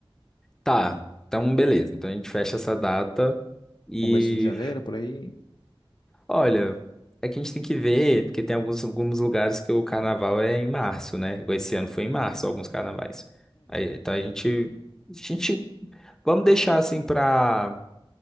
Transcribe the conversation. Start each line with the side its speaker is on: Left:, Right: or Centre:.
Centre: Tá, então beleza. Então a gente fecha essa data e
Left: Começo de janeiro, por aí.
Centre: olha, é que a gente tem que ver, porque tem alguns, alguns lugares que o carnaval é em março, né? Igual Esse ano foi em março alguns carnavais. Aí, então a gente, a gente, vamos deixar assim pra.